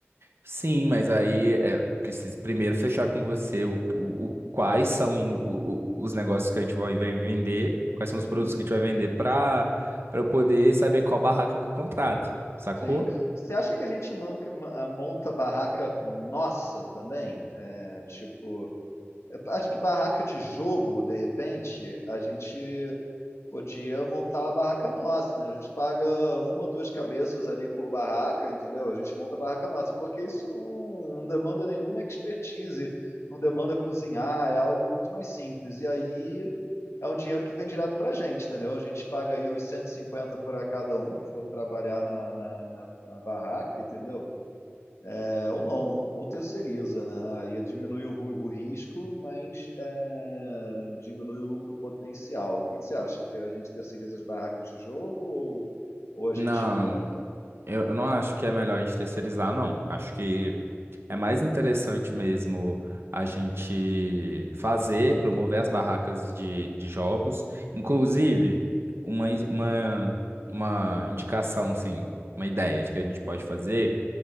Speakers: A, on the right; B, on the left.
A: Sim, mas aí é preciso primeiro fechar com você o, o, o- quais são o- o- os negócios que a gente vai, vai vender, quais são os produtos
B: Hum,
A: que a gente vai vender para para eu poder saber qual barraca que eu contrato, sacou?
B: Sim. Você acha que a gente manca- ma- ah, monta barraca nossa também? É, tipo, eu acho que barraca de jogo, de repente, a gente podia montar a barraca nossa, né? A gente paga uma, duas cabeças ali por barraca, entendeu? A gente monta a barraca nossa, porque isso não, não demanda nenhuma expertise, não demanda cozinhar, é algo muito mais simples. E aí é um dinheiro que vem direto pra gente, entendeu? A gente paga aí uns 150 para cada um que for trabalhar na, na, na- na barraca, entendeu? É, ou não, ou terceiriza, né? Aí diminui o, ru- o risco, mas é, diminui o lucro potencial. O que, que você acha? Que a gente terceiriza as barracas de jogo ou, ou a gente
A: Não.
B: monta?
A: Eu, eu não acho que é melhor a gente terceirizar, não. Acho que é mais interessante mesmo a gente fazer, promover as barracas de, de jogos. Inclusive, uma, in- uma, uma indicação, assim, uma ideia de que a gente pode fazer,